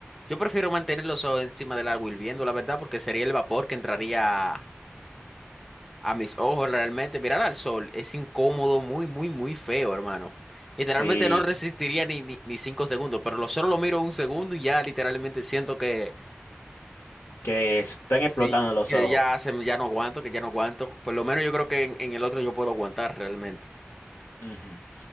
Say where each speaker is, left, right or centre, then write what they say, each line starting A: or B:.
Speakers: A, in the centre; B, on the left.
A: Yo prefiero mantener los ojos encima del agua hirviendo, la verdad, porque sería el vapor que entraría A mis ojos, realmente, mirar al sol es incómodo, muy, muy, muy feo, hermano. Literalmente
B: Sí,
A: no resistiría ni, ni, ni cinco segundos, pero lo solo lo miro un segundo y ya literalmente siento que
B: que se te están explotando
A: sí,
B: los
A: que
B: ojos.
A: ya se me- ya no aguanto, que ya no aguanto. Por lo menos yo creo que en, en el otro yo puedo aguantar realmente.
B: Ujú.